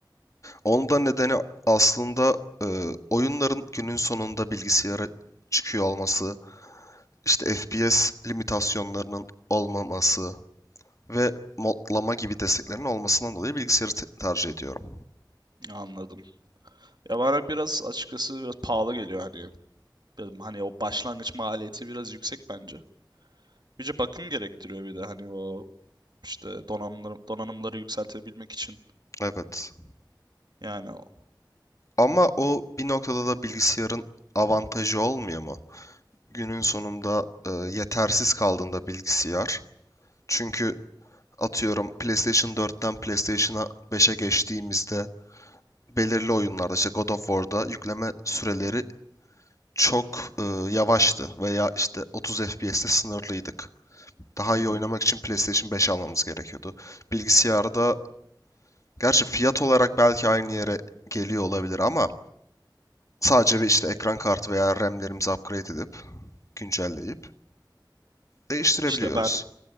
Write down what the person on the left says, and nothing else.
Onun da nedeni aslında e, oyunların günün sonunda bilgisayara çıkıyor olması, işte FPS limitasyonlarının olmaması ve modlama gibi desteklerin olmasından dolayı bilgisayarı te- tercih ediyorum.
Evet.
Ama o bir noktada da bilgisayarın avantajı olmuyor mu? Günün sonunda e, yetersiz kaldığında bilgisayar. Çünkü atıyorum PlayStation 4'ten PlayStation 5'e geçtiğimizde belirli oyunlarda işte God of War'da yükleme süreleri çok e, yavaştı veya işte 30 FPS'te sınırlıydık. Daha
iyi
oynamak için PlayStation 5 almamız gerekiyordu. Bilgisayarda gerçi fiyat olarak belki aynı yere geliyor olabilir ama sadece bir işte ekran kartı veya RAM'lerimizi upgrade edip güncelleyip değiştirebiliyoruz.